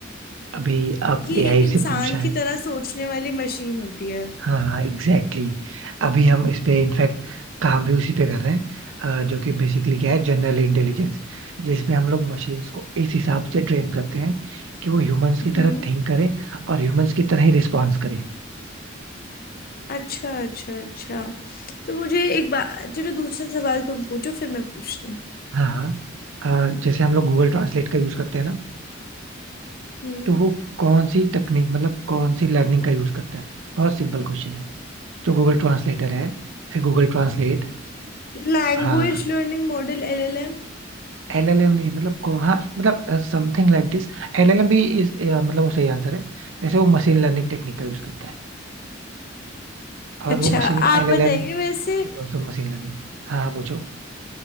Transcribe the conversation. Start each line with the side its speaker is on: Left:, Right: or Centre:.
Right: अभी आप
Left: ये
Right: एआई
Left: एक इंसान
Right: से पूछा है
Left: की तरह सोचने वाली मशीन होती है
Right: हाँ हाँ एग्जैक्टली exactly. अभी हम इस पे इनफैक्ट काम भी उसी पे कर रहे हैं अ, जो कि बेसिकली क्या है जनरल इंटेलिजेंस जिसमें हम लोग मशीन्स को इस हिसाब से ट्रेन करते हैं कि वो ह्यूमंस की
Left: हम्म
Right: तरह थिंक करें और ह्यूमंस की तरह ही रिस्पॉन्स करें
Left: अच्छा अच्छा अच्छा तो मुझे एक बात चलो दूसरा सवाल तुम पूछो फिर मैं पूछती हूँ
Right: हाँ हाँ अ, जैसे हम लोग गूगल ट्रांसलेट का यूज करते हैं ना
Left: हम्म
Right: तो वो कौन सी टेक्निक मतलब कौन सी लर्निंग का यूज करता है बहुत सिंपल क्वेश्चन है जो गूगल ट्रांसलेटर है फिर गूगल ट्रांसलेट
Left: Language
Right: हाँ
Left: learning model LLM
Right: एलएलएम नहीं मतलब को हाँ मतलब समथिंग लाइक दिस एलएलएम भी इस अ, मतलब वो सही आंसर है वैसे वो मशीन लर्निंग टेक्निक का यूज करता है और
Left: अच्छा
Right: वो machine
Left: आप
Right: LLM
Left: बताइए वैसे
Right: is also machine learning हाँ हाँ, पूछो